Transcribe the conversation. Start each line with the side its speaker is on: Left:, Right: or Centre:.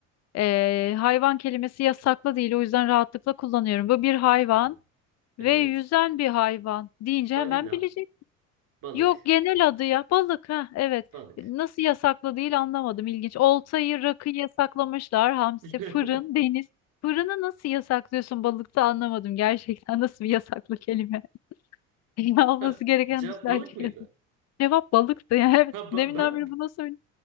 Left: Ee, hayvan kelimesi yasaklı değil, o yüzden rahatlıkla kullanıyorum. Bu bir hayvan
Right: Hı hı. Evet.
Left: ve yüzen bir hayvan deyince
Right: Balina,
Left: hemen bileceksin.
Right: balık,
Left: Yok genel adı ya. Balık ha evet.
Right: balık.
Left: Nasıl yasaklı değil anlamadım ilginç. Oltayı, rakıyı yasaklamışlar. Hamsi,
Right: <laughs>
Left: fırın, deniz. Fırını nasıl yasaklıyorsun balıkta anlamadım gerçekten <laughs> nasıl bir yasaklı kelime. <laughs> Olması
Right: Ha,
Left: gereken
Right: Cevap
Left: dışlar
Right: balık mıydı?
Left: Cevap balıktı ya. <laughs> Evet
Right: Ha ba-
Left: deminden
Right: ben
Left: beri bunu söyle.